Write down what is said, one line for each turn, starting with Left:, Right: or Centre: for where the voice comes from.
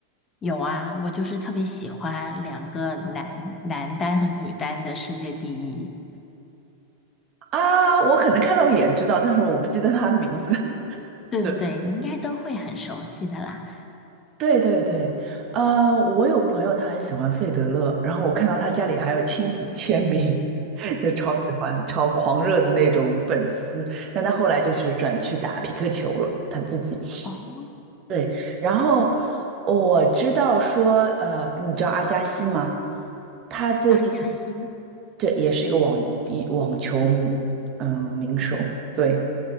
Left: 有啊，我就是特别喜欢两个男男单和女单的世界第一。
Right: 啊，我可能看到脸知道，但是我不记得他的名字。<laughs>
Left: 对对对，
Right: 对。
Left: 你应该都会很熟悉的啦。
Right: 对对对，呃，我有个朋友他很喜欢费德勒，然后我看到他家里还有亲笔签名，<laughs> 就超喜欢、超狂热的那种粉丝。但他后来就是转去打匹克球了，他自己。
Left: 哦，
Right: 对，然后我知道说，呃，你知道阿加西吗？他最近
Left: 巴加西。
Right: 这也是一个网一网球嗯名手，对，